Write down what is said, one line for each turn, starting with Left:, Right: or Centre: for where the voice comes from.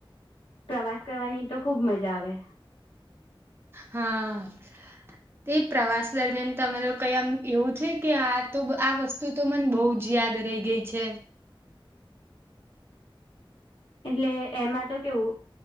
Left: પ્રવાસ કરવાની તો ખુબ મજા આવે.
Right: હા. તે પ્રવાસ દરમિયાન તમે લોકો એ આમ એવું છે કે આ તો આ વસ્તુ તો મને બો જ જી યાદ રય ગઈ છે.
Left: એટલે એમાં તો કેવું